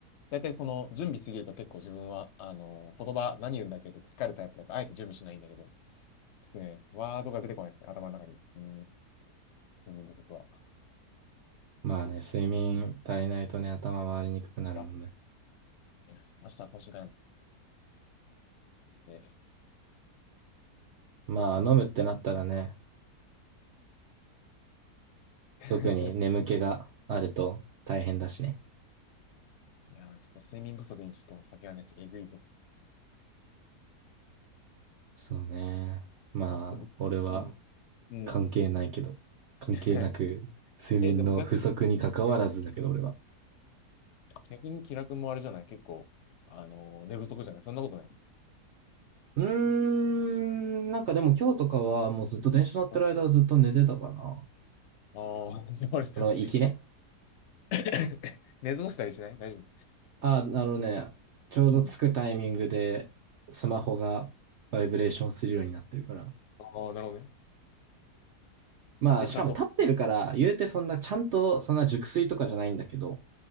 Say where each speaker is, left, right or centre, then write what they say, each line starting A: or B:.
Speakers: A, on the left; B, on the right.
A: 大体その準備しすぎると結構自分は、あの、言葉何言うんだっけって疲れるタイプだから、あえて準備しないんだけど、ちょっとね、ワードが出てこないですね、頭の中に。うん、睡眠不足は。
B: まあね、睡眠足りないとね、頭回りにくくなるもんね。
A: ちょっとあ、明日は懇親会なんで。
B: まあ、飲むってなったらね、
A: <laughs>
B: 特に眠気があると大変だしね。
A: いやー、ちょっと睡眠不足にちょっとお酒はね、ちょっとえぐいこと。
B: そうね。まあ、
A: でも、
B: 俺は
A: うん、うん。
B: 関係ないけど、関係なく睡眠の不足に関わらずだけど、
A: <laughs> え、でも逆に、
B: 俺は。
A: 逆に気楽もあれじゃない結構、あのー寝不足じゃないそんなことない。
B: うーん、なんかでも今日とかはもうずっと電車乗ってる間はずっと寝てたかな。
A: うん。ああ、<laughs> 藤森さん。
B: その、行きね。
A: <laughs> 寝過ごしたりしない大丈夫。
B: あ、あのね、ちょうど着くタイミングでスマホがバイブレーションするようになってるから。
A: うん。ああ、なるほどね。
B: まあ、
A: それでちゃんと、
B: しかも立ってるから、
A: うん
B: 言うてそんなちゃんとそんな熟睡とかじゃないんだけど、